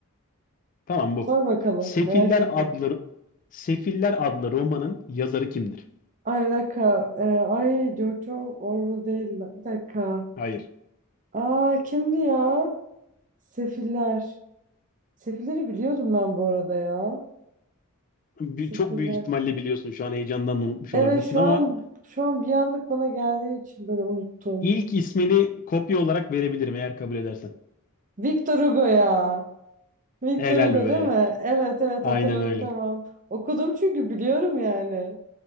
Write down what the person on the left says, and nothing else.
tamam bu.
Sefiller
adlı Sefiller adlı romanın yazarı kimdir?
Hayır.
Bir-
çok büyük ihtimalle biliyorsun. Şu an heyecandan unutmuş
olabilirsin
ama
ilk ismini kopya olarak verebilirim eğer kabul edersen.
Helal
be.
Aynen
öyle.